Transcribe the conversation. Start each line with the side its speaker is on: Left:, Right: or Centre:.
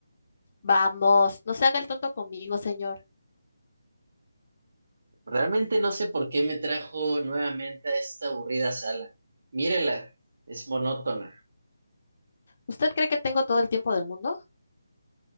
Left: Vamos, no se haga el tonto conmigo, señor.
Right: Realmente no sé por qué me trajo nuevamente a esta aburrida sala. Mírela, es monótona.
Left: ¿Usted cree que tengo todo el tiempo del mundo?